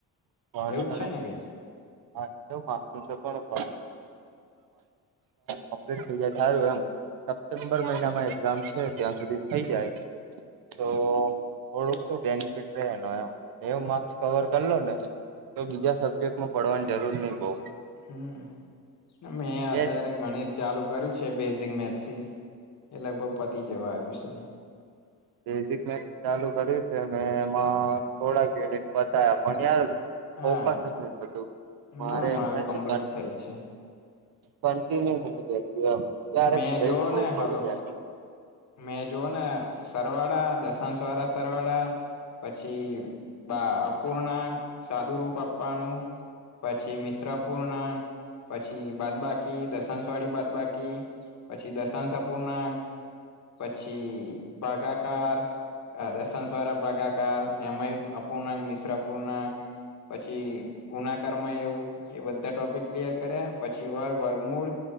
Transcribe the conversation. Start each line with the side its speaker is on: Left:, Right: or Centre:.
Right: પાણી
Left: એવું જ છે ને કઈક
Right: આ માું છે પણ કોમ્પલેટ થઈ જાય તો હારુ એમ સપ્ટેમ્બર મહિનામાં એક્ઝામ છે ત્યાં સુધી થઈ જાય તો થોડુંક શું બેનિફિટ રહેે એનો એમ <unintelligible> માર્ક્સ કવર કરલો ને તો બીજા સબ્જેક્ટમાં પડવાની જરૂર નહી બઉ
Left: હમ્મ, મેં અત્યારે
Right: બે
Left: ગણિત ચાલુ કર્યું છે બેઝિક મેસથી એ લગભગ પતી જવા આવ્યું છે.
Right: બેઝિક મેક્સ ચાલુ કર્યું છે મે એમાં
Left: હા
Right: થોડાક યુનિટ બતા્યા પણ યાર
Left: હા
Right: ફોકસ જ નઈ થતું, મારે
Left: ના મારું
Right: એમ થાય
Left: કમ્પ્લીટ
Right: છે
Left: થઈ છે
Right: કન્ટિન્યુ નથી બેસતું એમ ત્યારે
Left: મેં
Right: બ્રેક
Left: જોવ
Right: બઉ
Left: ને
Right: પડી
Left: હાલો
Right: ગાય છે.
Left: મેં જોુવ ને સરવાળા, દસણસ વારા સરવાળા પછી બા અપૂર્ણાંક સાદુ રૂપ આપવાનું પછી મિશ્રાપૂર્ નાક પછી બાદ બાકી, દસણસ વાળી બાદ બાકી પછી દસણ અપૂર નાક પછી ભાગાકાર દર્શન સ્રા ભાગાકાર એમ અપૂર્ણાક મિશ્ર અપૂર્ણાક પછી ગુનાકાર માં એવું એ બધા ટોપિક ક્લિયર કર્યા, પછી વર્ગ વર્ગમૂળ,